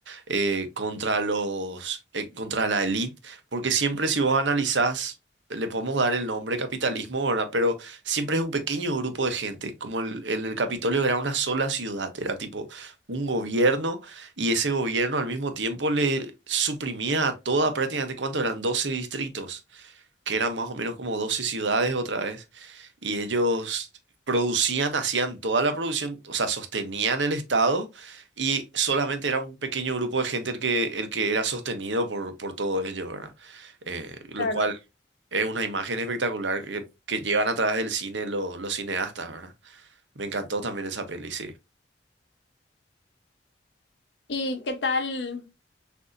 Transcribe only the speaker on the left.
Claro.
¿Y qué tal